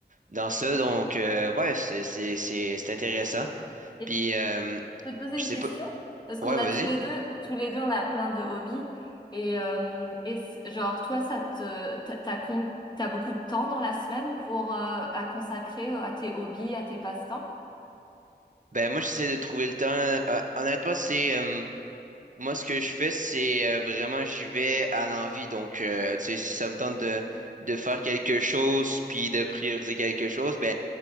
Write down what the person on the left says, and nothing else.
Et
je
peux te poser
une
question?
Parce qu'on
a
tous les deux, tous les deux, on a plein de hobbies. Et euh, est-ce- genre, toi, ça te, t'as, t'as com- t'as beaucoup de temps dans la semaine pour euh, à consacrer euh, à tes hobbies, à tes passe-temps?